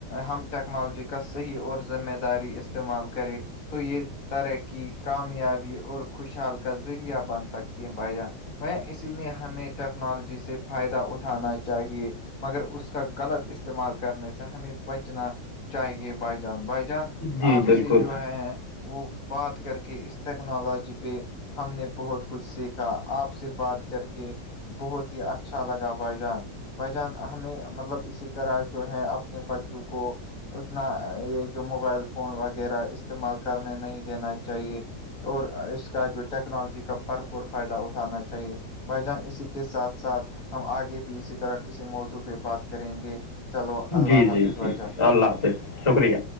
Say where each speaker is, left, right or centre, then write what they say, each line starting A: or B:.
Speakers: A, on the left (about 55°); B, on the left (about 20°).
A: ہم ٹیکنالوجی کا صحیح اور ذمہ داری استعمال کریں تو یہ ترقی کامیابی اور خوشحال کا ذریعہ بن سکتی ہے بیاان وہ اسی لیے ہمیں ٹیکنالوجی سے فائدہ اٹھانا چاہیے مگر اس کا غلط استعمال کرنے سے ہمیں بچنا چاہیے بائی جان بائی جان آپ
B: جی بالکل
A: سے جو ہے وہ بات کر کے اس ٹیکنالوجی پہ ہم نے بہت کچھ سیکھ کا آپ سے بات کر کے بہت ہی اچھا لگا بھائی جان بھائی جان ہمیں مطلب اسی طرح جو ہے اپنے بچوں کو اتنا یہ جو موبائل فون وغیرہ استعمال کرنے نہیں لینا چاہیے اور اس کا جو ٹیکنالوجی کا بھرپور فائدہ اٹھانا چاہیے بھائی جان اسی کے ساتھ ساتھ ہم آگے بھی اسی طرح کسی موضوع پہ بات کریں گے چلو اللہ
B: جی
A: حافظ
B: جی جی
A: بھائی جان
B: اللہ حافظ شکریہ